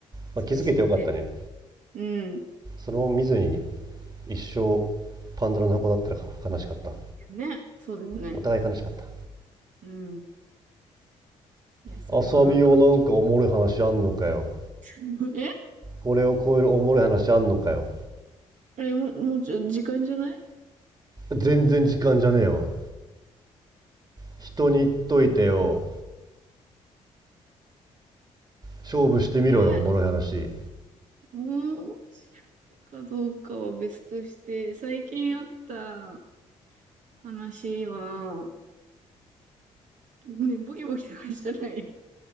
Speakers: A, on the right; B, on the right.
A: それ知れて。
B: まあ、気づけてよかったね。
A: うん。い
B: そのまま見ずに一生パンドラの箱だったらか悲しかった
A: やね、そうだよね。
B: お互い悲しかった
A: うん。いや、それはなんか、
B: 浅見よなんかおもろい話あんのかよ
A: ちょっと。<laughs> え
B: これを超えるおもろい話あんのかよ
A: あれ、もう、もうちょ、時間じゃない
B: 全然時間じゃねえわ人に言っといてよ勝負してみろよおもろい話
A: え、面白いかどうかは別として、最近あった話は、ね、ボキボキ鳴らしてない。